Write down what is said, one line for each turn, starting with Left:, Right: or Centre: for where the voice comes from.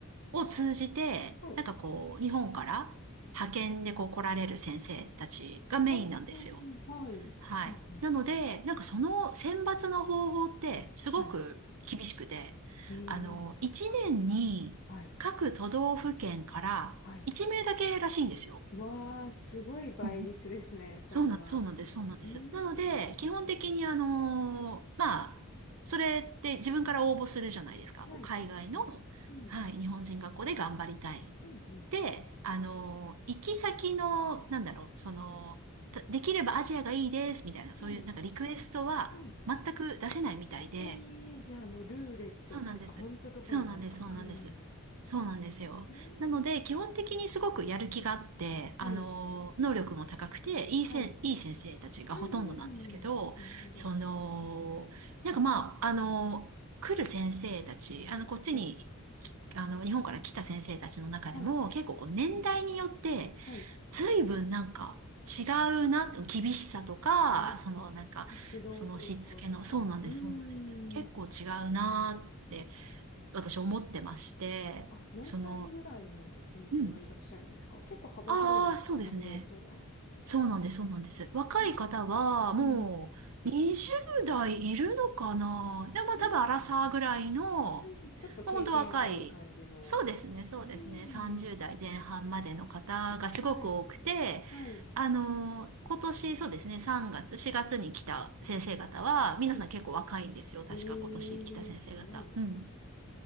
Right: を通じて、
Left: お、
Right: なんかこう、日本から派遣でこう来られる先生たちがメインなんですよ。
Left: ああ、はい。
Right: はい。
Left: うんうん。
Right: なので、なんかその選抜の方法ってすごく厳しくて、
Left: はい。ええ、
Right: あの、1年に各都道府県から1名だけらしいんですよ。
Left: はい。はい。わあ、すごい倍率ですね、
Right: うんうん
Left: それは。
Right: そうなん、そうなんです、そうなんです。
Left: うー
Right: なので、
Left: ん。
Right: 基本的にあのーまあ、それって自分から応募するじゃないですか。
Left: はい、
Right: こう海外の、
Left: そうですね。うん。
Right: はい、日本人学校で頑張りたい。
Left: うんうん。
Right: で、あのー行き先の、なんだろう、その、たできればアジアがいいです、みたいな、そういうなんかリクエストは全く出せないみたいで、
Left: はい。うん。ええ、じゃあもうルーレットっていうか、
Right: そうなんです。
Left: ほんとどこになるかわかんないんだ。
Right: そうなんです。そうなんです。そうなんですよ。
Left: へえ。
Right: なので、基本的にすごくやる気があって、あの、
Left: はい。
Right: 能力も高くて、いいせん、
Left: はい。
Right: いい先生たちがほとんどなんですけど、
Left: うんうんうん。なるほど。
Right: その、なんかまあ、あの、来る先生たち、あの、こっちに、
Left: はい。
Right: きあの、日本から来た先生たちの中でも、
Left: はい。
Right: 結構こう、年代によって、
Left: はい。
Right: 随分なんか違うな、厳しさとか、
Left: ああ、
Right: そのなんか、
Left: 指導方法とか。
Right: そのしつけの、そうなんです、
Left: うーん。
Right: そうなんです。結構違うなって私思ってまして、
Left: あ、何歳ぐらいの先生がいらっしゃるんですか結構幅広いんですか年齢層は。
Right: その、うん、ああ、そうですね。そうなんです、そうなんです。若い方は、
Left: うーん。
Right: もう、
Left: うん。
Right: 20代いるのかなでも、
Left: うーん。
Right: 多分、アラサーぐらいの、
Left: うんちょっと経験ある感じの先生。
Right: もう本当若い、そうですね、そうですね、
Left: うん。
Right: 30代前半までの方がすごく多くて、
Left: はい。はい。
Right: あの、今年、そうですね、3月、4月に来た先生方は、皆さん結構若いんですよ。
Left: はい。
Right: 確か今年来た先生方。
Left: ええー、すごいな。
Right: うん。
Left: は